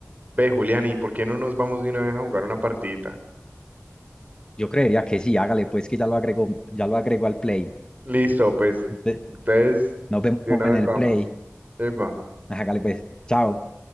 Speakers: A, on the right; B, on the left.
A: Ve, Julián, ¿y por qué no nos vamos de una vez a jugar una partidita?
B: Yo creería que sí, hágale pues que ya lo agrego, ya lo agrego al Play.
A: Listo, pues.
B: Ve-
A: Entonces,
B: Nos vemos
A: de una
B: en
A: vez
B: el
A: vamos.
B: Play.
A: Epa.
B: <laughs> Hágale pues, chao.